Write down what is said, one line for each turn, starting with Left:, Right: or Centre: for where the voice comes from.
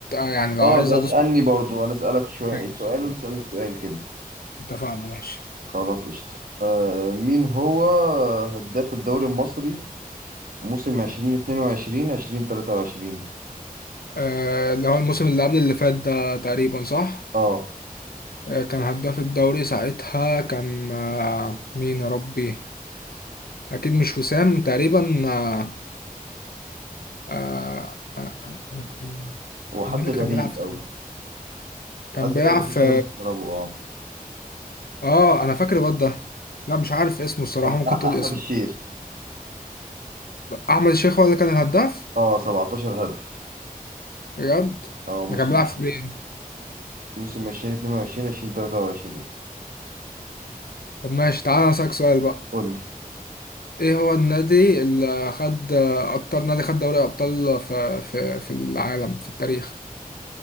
Left: يعني لو
Right: اه
Left: عايز
Right: ده
Left: ادوس
Right: اسألني برضو انا اسألك شوية
Left: ماشي.
Right: سؤال وانت تسألني سؤال كده
Left: اتفقنا ماشي
Right: خلاص قشطة آه مين هو هداف الدوري المصري موسم 2022 2023
Left: آه، اللي هو الموسم اللي قبل اللي فات ده تقريبا صح
Right: اه
Left: آه، كان هداف الدوري ساعتها كان آه، مين يا ربي اكيد مش وسام تقريبا آه، آه، آه، آه، آه،
Right: هو حد
Left: مين اللي
Right: غريب
Left: كان بيلعب في-
Right: قوي
Left: كان
Right: حد
Left: بيلعب
Right: غريب
Left: في
Right: بس انا مستغربه اه
Left: اه انا فاكر الواد ده لا مش عارف اسمه الصراحة
Right: كان
Left: ممكن
Right: أ-
Left: تقول
Right: احمد
Left: اسمه
Right: الشيخ
Left: احمد الشيخ هو اللي كان الهداف
Right: اه 17 هدف
Left: بجد
Right: اه موسم
Left: ده كان بيلعب
Right: الشيخ
Left: في ايه
Right: موسم 2022 2023
Left: طب ماشي تعالى اسالك سؤال بقى
Right: قول لي
Left: ايه هو النادي اللي خد اكتر نادي خد دوري ابطال في في في العالم في التاريخ